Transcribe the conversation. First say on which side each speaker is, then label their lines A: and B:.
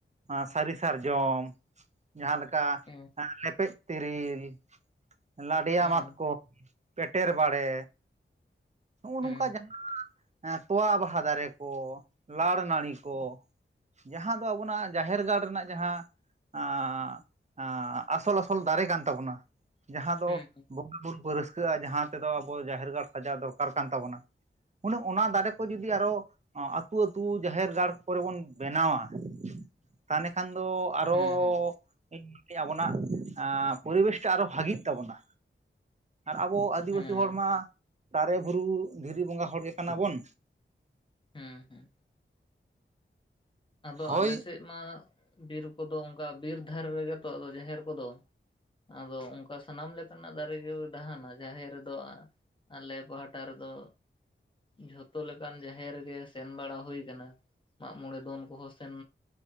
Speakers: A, on the right; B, on the left.
A: ᱥᱟᱨᱤ ᱥᱟᱨᱡᱚᱢ ᱡᱟᱦᱟᱸ ᱞᱮᱠᱟ
B: ᱦᱮᱸ
A: ᱞᱮᱯᱮᱡ ᱛᱤᱨᱤᱞ ᱞᱟᱰᱮᱭᱟ
B: ᱦᱮᱸ
A: ᱢᱟᱛᱠᱚ ᱯᱮᱴᱮᱨ ᱵᱟᱲᱮ ᱱᱚᱜ-ᱚ
B: ᱦᱮᱸ
A: ᱱᱚᱝᱠᱟ ᱡᱟᱦᱟᱸ ᱛᱚᱣᱟ ᱵᱟᱦᱟ ᱫᱟᱨᱮ ᱠᱚ ᱞᱟᱲ ᱱᱟᱬᱤ ᱠᱚ ᱡᱟᱦᱟᱸ ᱫᱚ ᱟᱵᱚᱱᱟᱜ ᱡᱟᱦᱮᱨ ᱜᱟᱲ ᱨᱮᱱᱟᱜ ᱡᱟᱦᱟᱸ ᱟᱸ ᱟᱸ ᱟᱥᱚᱞ ᱟᱥᱚᱞ ᱫᱟᱨᱮ ᱠᱟᱱ ᱛᱟᱵᱚᱱᱟ ᱡᱟᱦᱟᱸ ᱫᱚ
B: ᱦᱮᱸ ᱦᱮᱸ
A: ᱵᱚᱸᱜᱟ ᱵᱩᱨᱩ ᱠᱚ ᱨᱟᱹᱥᱠᱟᱹᱜ-ᱟ, ᱡᱟᱦᱟᱸ ᱛᱮᱫᱚ ᱟᱵᱚᱣᱟᱜ ᱡᱟᱦᱮᱨ ᱜᱟᱲ ᱥᱟᱡᱟᱣ ᱫᱚᱨᱠᱟᱨ ᱠᱟᱱ ᱛᱟᱵᱚᱱᱟ ᱩᱱᱟᱹᱜ ᱚᱱᱟ ᱫᱟᱨᱮ ᱠᱚ ᱡᱩᱫᱤ ᱟᱨᱚ ᱟᱹᱛᱩ ᱟᱹᱛᱩ ᱡᱟᱦᱮᱨ ᱜᱟᱲ ᱠᱚᱨᱮ ᱵᱚᱱ ᱵᱮᱱᱟᱣᱟ ᱛᱟᱱᱮ ᱠᱷᱟᱱ ᱫᱚ ᱟᱨᱚ
B: ᱦᱮᱸ
A: ᱤᱢᱱᱤᱛᱮ ᱟᱵᱚᱱᱟᱜ ᱯᱚᱨᱤᱵᱮᱥ ᱴᱟᱜ ᱟᱨᱚ ᱵᱷᱟᱜᱤᱜ ᱛᱟᱵᱚᱱᱟ᱾ ᱟᱨ ᱟᱵᱚ ᱟᱹᱫᱤᱵᱟᱹᱥᱤ
B: ᱦᱮᱸ
A: ᱦᱚᱲ ᱢᱟ ᱫᱟᱨᱮ ᱵᱩᱨᱩ ᱫᱷᱤᱨᱤ ᱵᱚᱸᱜᱟ ᱦᱚᱲ ᱜᱮ ᱠᱟᱱᱟ ᱵᱚᱱ᱾
B: ᱦᱮᱸ ᱦᱮᱸ᱾ ᱟᱫᱚ
A: ᱦᱳᱭ
B: ᱟᱞᱮ ᱥᱮᱫ ᱢᱟ ᱵᱤᱨ ᱠᱚᱫᱚ ᱚᱱᱠᱟ ᱵᱤᱨ ᱫᱷᱟᱨᱮ ᱨᱮᱜᱮ ᱛᱚ ᱟᱫᱚ ᱡᱟᱦᱮᱨ ᱠᱚᱫᱚ᱾ ᱟᱫᱚ ᱚᱱᱠᱟ ᱥᱟᱱᱟᱢ ᱞᱮᱠᱟᱱᱟᱜ ᱫᱟᱨᱮ ᱜᱮ ᱛᱟᱦᱮᱱᱟ ᱡᱟᱦᱮᱨ ᱨᱮᱫᱚ᱾ ᱟᱞᱮ ᱯᱟᱦᱴᱟ ᱨᱮᱫᱚ ᱡᱷᱚᱛᱚ ᱞᱮᱠᱟᱱ ᱡᱟᱦᱮᱨ ᱜᱮ ᱥᱮᱱ ᱵᱟᱲᱟ ᱦᱳᱭ ᱠᱟᱱᱟ ᱾ ᱢᱟᱜᱢᱚᱬᱮ ᱫᱚᱱ ᱠᱚᱦᱚᱸ ᱥᱮᱱ